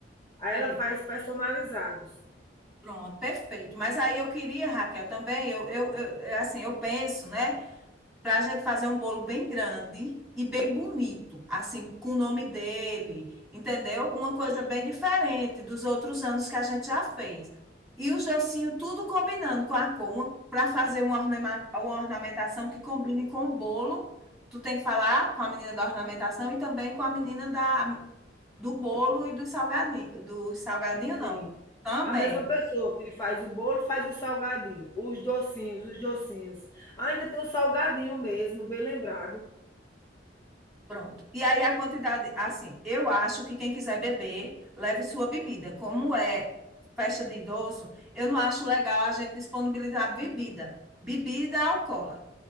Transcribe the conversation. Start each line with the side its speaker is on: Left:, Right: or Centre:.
Left: Aí
Centre: É,
Left: ela faz personalizados.
Centre: Pronto, perfeito. Mas aí eu queria, Raquel, também, eu, eu, eu, é assim, eu penso, né? para a gente fazer um bolo bem grande e bem bonito, assim, com o nome dele, entendeu? Uma coisa bem diferente dos outros anos que a gente já fez. E o Jocinho tudo combinando com a cor, para fazer uma, ornema- uma ornamentação que combine com o bolo. Tu tem que falar com a menina da ornamentação e também com a menina da, do bolo e dos salgadinhos. Dos salgadinhos,
Left: Sim.
Centre: não. Também.
Left: A mesma pessoa que faz o bolo, faz o salgadinho, os docinhos, os docinhos. Ainda tem o salgadinho mesmo, bem lembrado.
Centre: Pronto. E aí a quantidade, assim, eu acho que quem quiser beber, leve sua bebida. Como é festa de idoso, eu não acho legal a gente disponibilizar bebida. Bebida alcoólica,